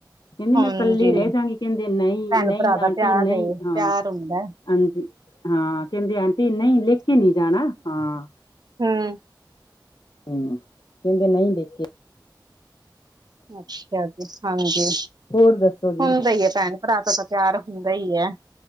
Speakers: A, on the left; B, on the right.
A: ਕਹਿੰਦੀ
B: ਹਾਂਜੀ
A: ਮੈਂ ਕੱਲੀ ਰਹਿ ਜਾਂਗੀ ਕਹਿੰਦੇ ਨਹੀਂ
B: ਭੈਣ
A: ਨਹੀਂ
B: ਭਰਾ ਦਾ
A: ਆਂਟੀ
B: ਪਿਆਰ
A: ਨਹੀਂ
B: ਏ
A: ਹਾਂ
B: ਪਿਆਰ ਹੁੰਦਾ ਹੈ।
A: ਹਾਂਜੀ ਹਾਂ ਕਹਿੰਦੇ ਆਂਟੀ ਨਹੀਂ ਲੈਕੇ ਨਹੀਂ ਜਾਣਾ ਹਾਂ
B: ਹਾਂ
A: ਹਮ ਕਹਿੰਦਾ ਨਹੀਂ ਦੇਖੇ
B: ਅੱਛਾ ਜੀ ਹਾਂਜੀ
A: ਹੋਰ ਦੱਸੋ ਜੀ
B: ਹੁੰਦਾ ਹੀ ਹੈ ਭੈਣ ਭਰਾ ਤਾਂ ਪਿਆਰ ਹੁੰਦਾ ਹੀ ਹੈ